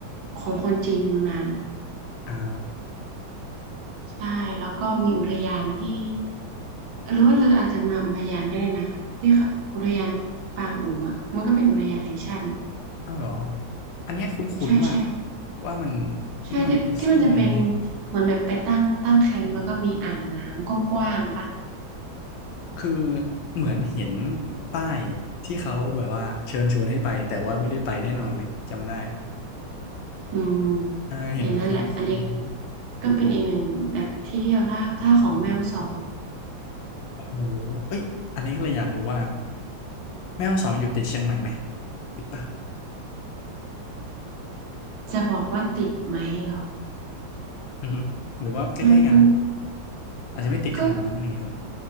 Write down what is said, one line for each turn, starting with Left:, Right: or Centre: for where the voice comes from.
Right: ของคนจีนยูนานอ่ะ
Left: อ๋อ
Right: ใช่แล้วก็มีอุทยานที่หรือว่าเธออาจจะมาอุทยานก็ได้นะที่เขาอุทยานปางอุ๋งอ่ะมันก็เป็นอุทยานแห่งชาติ
Left: เอ้าเหรออันเนี้ยคุ้นๆว่า
Right: ใช่ใช่
Left: ว่ามัน
Right: ใช่ที่ที่มันจะเป็น
Left: ว่ามันมีชื่อนี้
Right: เหมือนแบบไปตั้งตั้งแคมป์แล้วก็มีอ่างน้ำกว้างๆปะ
Left: คือเหมือนเห็นป้ายที่เขาแบบว่าเชิญชวนให้ไปแต่ว่าไม่ได้ไปแน่นอนเลยจำได้
Right: อืม
Left: อ่าเห็นเขาขาย
Right: เนี่ยนั่นแหละอันนี้ก็เป็นอีกหนึ่งแบบที่เที่ยวถ้าถ้าของแม่ฮ่องสอน
Left: โอ้โหเอ้ยอันนี้ก็เลยอยากรู้ว่าแม่ฮ่องสอนอยู่ติดเชียงใหม่ไหมติดปะ
Right: จะบอกว่าติดไหมเหรอ
Left: อือฮึหรือว่าใกล้ๆกัน
Right: มันมัน
Left: อาจจะไม่ติดขนาดนั้นอย่างเงี้ยเหรอ
Right: ก็